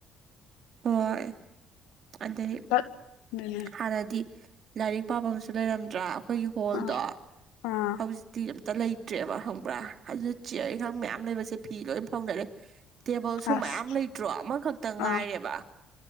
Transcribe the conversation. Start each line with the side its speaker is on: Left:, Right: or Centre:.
Right: ꯍꯣꯏ ꯑꯗꯩ
Left: ꯆꯠ ꯑꯗꯨꯅꯦ
Right: ꯍꯥꯟꯅꯗꯤ ꯂꯥꯏꯔꯤꯛ ꯄꯥꯐꯝ ꯑꯃꯁꯨ ꯂꯩꯔꯝꯗ꯭ꯔꯥ ꯑꯩꯈꯣꯏꯒꯤ ꯍꯣꯜꯗꯣ
Left: ꯑꯥ ꯑꯥ
Right: ꯍꯧꯖꯤꯛꯇꯤ ꯂꯩꯇ꯭ꯔꯦꯕ ꯈꯪꯕ꯭ꯔꯥ ꯑꯗꯨꯗ ꯆꯤꯌꯔ ꯏꯪꯈꯥꯡ ꯃꯌꯥꯝ ꯂꯩꯕꯁꯦ ꯐꯤ ꯂꯣꯏ ꯐꯥꯎꯅꯔꯦ ꯇꯦꯕꯜꯁꯨ
Left: ꯑꯁ
Right: ꯃꯌꯥꯝ ꯂꯩꯇ꯭ꯔꯣ ꯑꯃꯈꯛꯇ ꯉꯥꯏꯔꯦꯕ
Left: ꯑꯥ